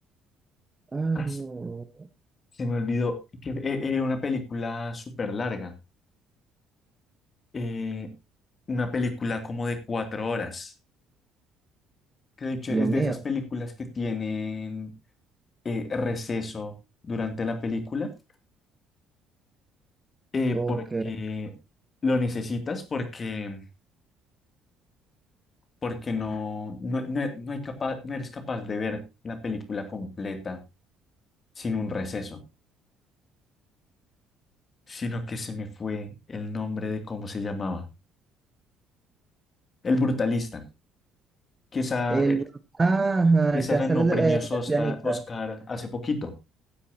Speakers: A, on the right; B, on the left.
A: Ah,
B: Ah,
A: no.
B: se, se me olvidó que e- era una película súper larga, eh, una película como de cuatro horas, que de hecho
A: Dios
B: es
A: mío.
B: de esas películas que tienen eh, receso durante la película Eh,
A: Ok.
B: porque lo necesitas, porque, porque no, no, no, no hay capaz, no eres capaz de ver la película completa sin un receso, sino que se me fue el nombre de cómo se llamaba. El Brutalista, que esa,
A: El,
B: eh,
A: ajá,
B: esa
A: el que
B: ganó
A: hace el,
B: premios
A: el- el
B: Osta-
A: pianista.
B: Oscar hace poquito.